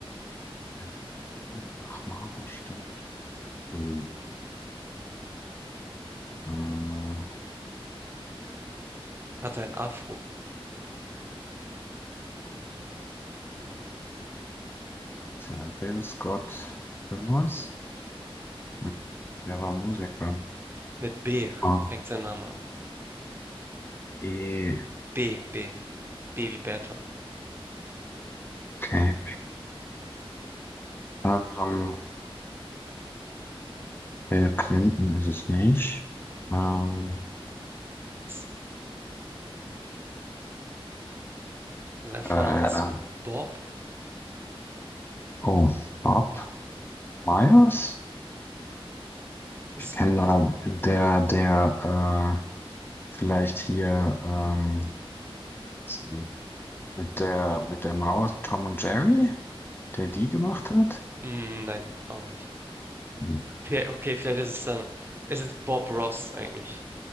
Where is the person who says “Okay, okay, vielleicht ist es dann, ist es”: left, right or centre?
Right